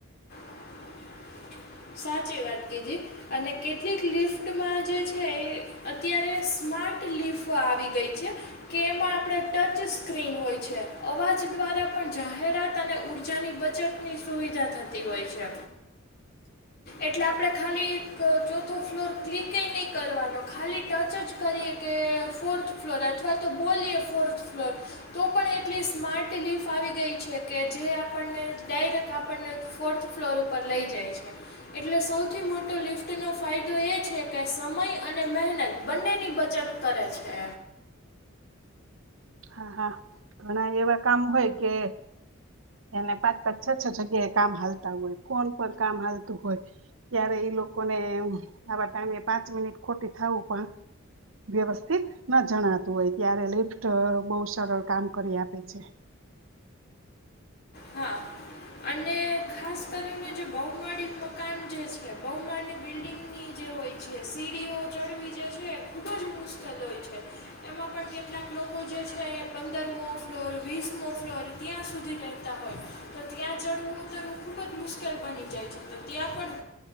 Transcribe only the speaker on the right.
હા હા ઘણા એવા કામ હોય કે એને પાંચ પાંચ છ છ છગ્યા કામ હાલતા હોય કોણ કો કામ હાલતું હોય. ત્યારે ઈ લોકોને આવા ટાઈમે પાંચ મિનિટ ખોટી થાવું પણ. વ્યવસ્થિત ન જણાતું હોય ત્યારે લિફ્ટ બહુ સરળ કામ કરી આપે છે.